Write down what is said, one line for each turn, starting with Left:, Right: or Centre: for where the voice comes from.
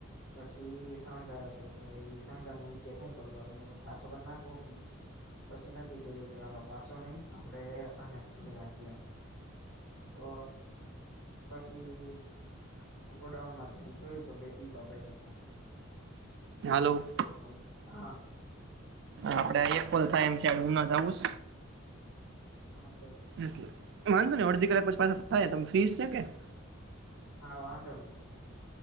Left: પછી શણગાર હતો. તો એ શણગાર નો વિચાર શું કરવાનો પાછો કરી નાખવો કેમ? પછી નક્કી કર્યું કે હાલો પાછો નહીં આપડે આને જ ધોઈ નાખીએ. તો પછી- - હ ગોડાઉનમાં જઈ ને જોયું. તો બે બીબા પડયા હતા.
Right: હાલો!
Left: જો કોઈ હા.
Right: આપડે એક કોલ થાય એમ છેડ હું ન જવું.?
Left: હા તો
Right: એ વાંધો નને અડધી કલાક પછી પાસા થાય ત ફીસ છે કે- -
Left: હા વાંધો નહી.